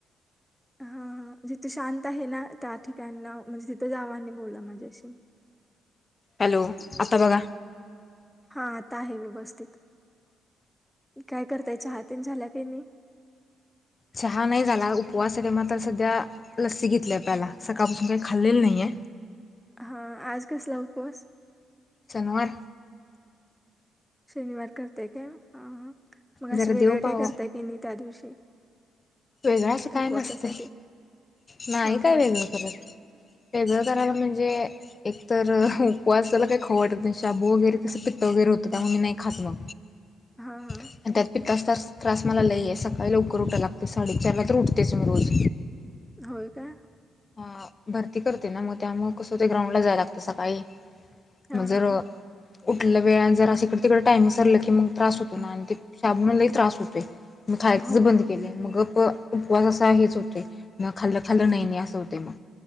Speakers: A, in the centre; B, on the left (about 30°).
A: हा हा जिथे शांत आहे ना त्या ठिकाना म्हणजे तिथे जाव आणि बोला माझ्याशी
B: हॅलो आता बाघा.
A: हा आता आहे व्यवस्थित काय करताय चाहा तेन झाल्या काही नाही.
B: चहा नाही झाला उपवास य ते मात्र सध्या लस्सी घेतली आपल्याला सकाळपासून काही खाल्लेलं नाहीये
A: हा आज कसला उपवास
B: सनवार
A: शनिवार करताय काय. ह मग असं
B: जरा
A: वेगळं
B: देव पाव
A: काय करताय की नाही त्या दिवशी <unintelligible>
B: वेगळं अस काय
A: उपवासासाठी
B: नसते नाही
A: हा
B: काय
A: हा
B: वेगळं करत वेगळं करायला म्हणजे म्हणजे एकतर उपवास त्याला काही खंउ वाटत नाही शाबू वगैरे कसं पित्त वगैरे होतं त्यामुळे मी नाही खात म
A: हा हा
B: आणि त्यात पित्त असो त त्रास मला लई आहे सकाळी लवकर उठ लाग साडे चार ला तर उठतेच मी रोज
A: होय का.
B: हा. भरती करते ना मग त्यामुळे कसं हो ते ग्राउंडला जाय लागतं सकाळी
A: हा
B: म जर
A: हा
B: उठलं वेळ जर असकडे तिकडं टाइम विसरलं की मग त्रास होतो ना आणि ते शाबुमुळ लई त्रास होतोय मग खायतचं
A: हो
B: बंद
A: हो
B: केले आहे मगं उपवास असा हेच होते म खाल्लं खाल्लं नाही नाही होते मग.